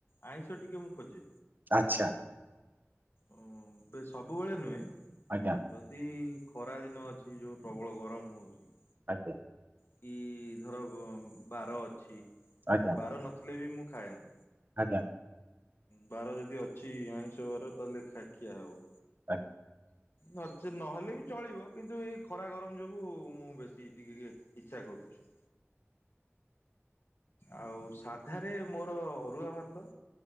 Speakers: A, on the left; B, on the right.
A: ଆଇଁଷ ଟିକେ ମୁଁ ଖୋଜେ।
B: ଆଚ୍ଛା।
A: ଓ ସବୁବେଳେ ନୁହେଁ।
B: ଆଜ୍ଞା।
A: ଯଦି ଖରା ଦିନ ଅଛି, ଯୋଉ ପ୍ରବଳ ଗରମ ହଉଛି।
B: ଆଜ୍ଞା।
A: କି ଧର ବାର ଅଛି,
B: ଆଜ୍ଞା
A: ବାର ନଥିଲେ ବି ମୁଁ ଖାଏନା।
B: ଆଜ୍ଞା।
A: ବାର ଯଦି ଅଛି ଆଇଁଷ ବାର ତାହେଲେ ଖିଆ ହବ।
B: ଆଜ୍ଞା।
A: ନଚେ ନହେଲେ ବି ଚଳିବ କିନ୍ତୁ ଏଇ ଖରା ଗରମ ଯୋଗୁଁ ମୁଁ ବେଶୀ ଟିକେ। ଇଛା କରୁଛି।
B: <inaudible>
A: ଆଉ ସାଧାରେ ମୋର ଅରୁଆ ଭାତ।